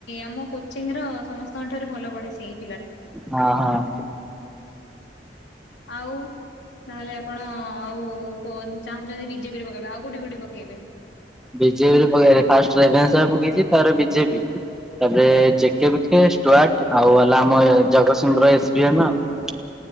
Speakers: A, on the left; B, in the centre.
A: ଆମ କୋଚିଂର ସମସ୍ତଙ୍କ ଠାରୁ ଭଲ ପଢେ ସିଏ।
B: ହଁ ହଁ।
A: ଆଉ ତାହେଲେ ଆପଣ ଆଉ ଚାହୁଁଛନ୍ତି ବିଜେପିରେ ପକେଇବେ ଆଉ କୋଉଠି କୋଉଠି ପକେଇବେ?
B: ବିଜେପିରେ ପକେଇ ଫାଷ୍ଟ ରେଭେନ୍ସାରେ ପକେଇଛି ତାରେ ବିଜେପି। ତାପରେ ଜେକେବିକେ ଷ୍ଟୁଆର୍ଟ ଆଉ ହେଲା ଆମ ଜଗତସିଂହପୁରର ଏସ ବି ଏମ୍ ଆଉ